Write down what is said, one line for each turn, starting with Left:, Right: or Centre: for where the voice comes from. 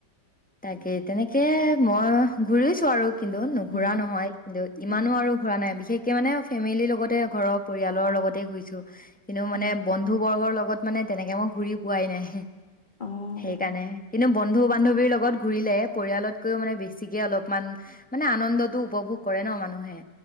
Centre: তাকে তেনেকে মই ঘূৰিছো আৰু কিন্তু নুঘোৰা
Left: উম,
Centre: নহয় কিন্তু ইমানো
Left: উম,
Centre: আৰু ঘুৰা নাই বিশেষ তেওঁ মানে ফেমিলিৰ লগতে ঘৰৰ পৰিয়ালৰ লগতে ঘুৰিছো কিন্তু মানে
Left: উম,
Centre: বন্ধু বৰ্গৰ লগত লগত মানে তেনেকে মই ঘুৰি পোৱাই নাই
Left: অ',
Centre: সেইকাৰণে কিন্তু বন্ধু বান্ধৱীৰ লগত ঘূৰিলে পৰিয়ালত কৌয় মানে বেছিকে অলপমান মানে আনন্দতটো উপভোগ কৰে ন মানুহে